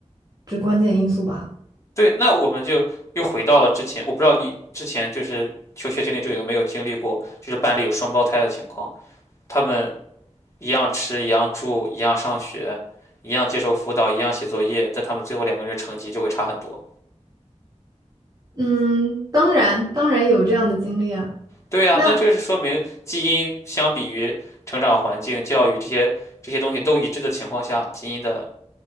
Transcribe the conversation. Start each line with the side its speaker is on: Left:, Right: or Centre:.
Right: 这关键因素吧。
Left: 对，那我们就又回到了之前，我不知道你之前就是求学经历中有没有经历过，就是班里有双胞胎的情况，他们。一样吃，一样住，一样上学，一样接受辅导，一样写作业，但他们最后两个人成绩就会差很多。
Right: 嗯，当然当然有这样的经历啊。
Left: 对呀，
Right: 那。
Left: 那就是说明基因相比于成长环境、教育这些这些东西都一致的情况下，基因的